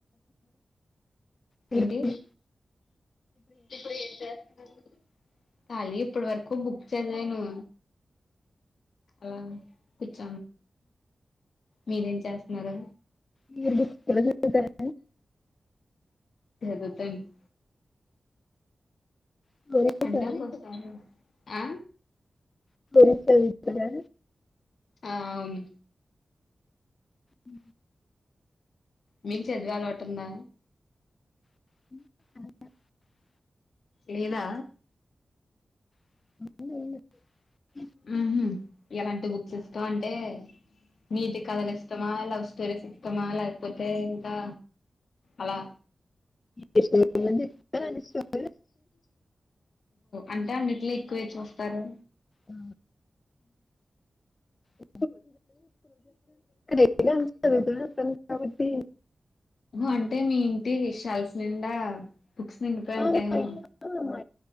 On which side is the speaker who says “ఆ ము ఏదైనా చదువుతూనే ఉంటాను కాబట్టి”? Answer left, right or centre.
Left